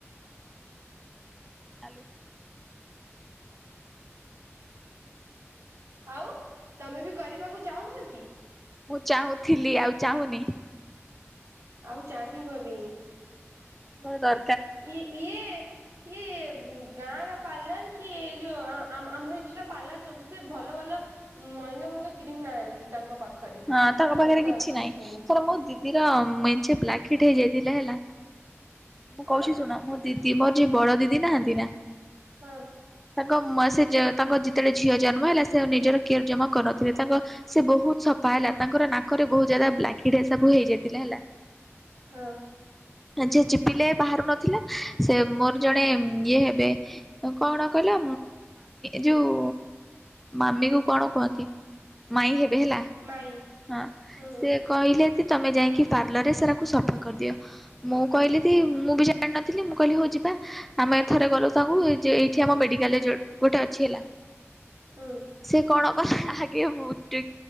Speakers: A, in the centre; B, on the right.
A: <unintelligible>
B: ଆଉ ତମେ ବି କରିବାକୁ ଚାହୁଁଛ କି?
A: ମୁଁ ଚାହୁଁଥିଲି ଆଉ ଚାହୁଁନି।
B: ଆଉ ଚାହିଁବ ବିନି।
A: ହଁ ଦର
B: ଇଏ ଇଏ ଇଏ ଗାଁର ପାର୍ଲର କି ଏଇ ଯୋଉ ଆମ ଏଠିର ପାର୍ଲର ସବୁ ସେ ଭଲ ଭଲ ମହଙ୍ଗା ମହେଙ୍ଗା କ୍ରିମ ନାହାନ୍ତି ତାଙ୍କ ପାଖରେ।
A: ହଁ ତାଙ୍କ ପାଖରେ
B: ଶସ୍ତା
A: କିଛି
B: ଅଛି
A: ନାହିଁ
B: ଭଳିଆ
A: ତ ମୋ ଦିଦିର ମେଞ୍ଚେ କିଟ ହେଇଯାଇଥିଲେ ହେଲା। ମୁଁ
B: କଣ
A: କହୁଛି ଶୁଣ ମ ଦିଦି ମୋର ଯିଏ ବଡ ଦିଦି ନାହାନ୍ତି ନା
B: ହଁ
A: ତାଙ୍କ ସେ ତାଙ୍କ ଯେତେବେଳେ ଝିଅ ଜନ୍ମ ହେଲା ସେ ନିଜର କେୟର ଜମା କରନଥିଲେ ତାଙ୍କ ସେ ବହୁତ ସଫା ହେଲା ତାଙ୍କ ନାକରେ ବହୁତ ଜ୍ୟାଦା ବ୍ଲାକ ହେଡ଼ ସବୁ ହେଇଯାଇଥିଲା ହେଲା
B: ହଁ।
A: ଆଜ ପିଲା ବାହାରୁ ନଥିଲା ସେ ମୋର ଜଣେ ଇଏ ହେବେ କଣ କହିଲା ଯୋଉ ମାମିକୁ କଣ କୁହନ୍ତି ମାଇଁ ହେ ହେଲା
B: ମାଇଁ
A: ହଁ
B: ହୁଁ
A: ସେ କହିଲେ ତମେ ଯାଇକି ପାର୍ଲରରେ ସେରାକୁ ସଫା କରିଦିଅ ମୁଁ କହିଲି ମୁଁ ବି ଜାଣିନଥିଲି ମୁଁ କହିଲି ହଉ ଯିବା ଆମେ ଥରେ ଗଲୁ ତାଙ୍କୁ ଯେ ଏଇଠି ଆମ ମେଡିକାଲ ଗୋଟେ ଅଛି ହେଲା।
B: ହଁ।
A: ସେ କଣ ଆଗେ ଟେ